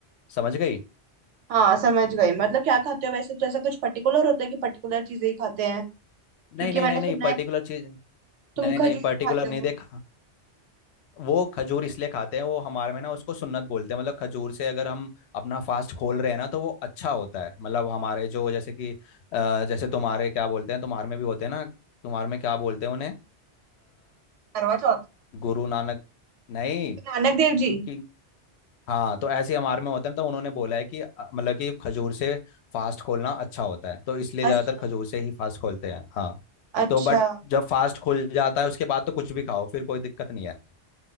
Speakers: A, on the left; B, on the right.
A: समझ गई
B: हाँ समझ गई मतलब क्या खाते हो वैसे तो ऐसा कुछ पर्टिकुलर होता है कि पर्टिकुलर चीजें ही खाते हैं
A: नहीं
B: क्योंकि
A: नहीं
B: मैंने
A: नहीं
B: सुना
A: नहीं
B: है
A: पर्टिकुलर
B: कि
A: चीज
B: तुम
A: नहीं नहीं
B: खजूर
A: पर्टिकुलर
B: खाते
A: नहीं
B: हो
A: देखा वो खजूर इसलिए खाते हैं वो हमारे में ना उसको सुन्नत बोलते हैं मतलब खजूर से अगर हम अपना फास्ट खोल रहे हैं ना तो वो अच्छा होता है मतलब हमारे जो जैसे कि अ, जैसे तुम्हारे क्या बोलते हैं तुम्हारे में भी होते हैं ना तुम्हारे में क्या बोलते हैं उन्हें
B: करवा चौथ
A: गुरु नानक नहीं
B: नानक देव जी
A: कि हाँ तो ऐसे हम आर्मी होते हैं तो उन्होंने बोला है कि अ, मतलब कि खजूर से फास्ट खोलना अच्छा होता है तो इसलिए ज़्यादातर
B: अच्छा
A: खजूर से ही फास्ट खोलते हैं हाँ
B: अच्छा
A: तो बट जब फास्ट खुल जाता है उसके बाद तो कुछ भी खाओ फिर कोई दिक्कत नहीं है